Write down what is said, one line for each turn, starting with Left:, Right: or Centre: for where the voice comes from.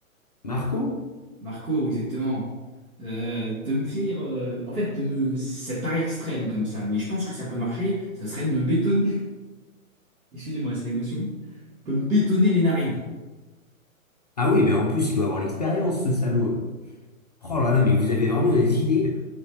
Left: Marco?
Right: Marco, exactement. Euh, de me faire. euh, en fait, de me... ça paraît extrême comme ça, mais je pense que ça peut marcher. Ça serait de me bétonner. <laughs> Excusez-moi, c'est l'émotion. De me bétonner les narines.
Left: Ah oui, ben en plus, il doit avoir l'expérience, ce salaud. Oh là là, mais vous avez vraiment des idées.